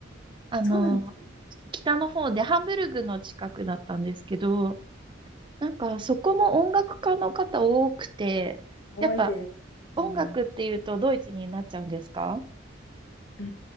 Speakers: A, on the right; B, on the left.
A: あの、
B: そうなんですね。
A: 北の方でハンブルグの近くだったんですけど、なんかそこも音楽家の方多くて、
B: 多いです。
A: やっぱ音楽っていうとドイツになっちゃうんですか
B: うん。うー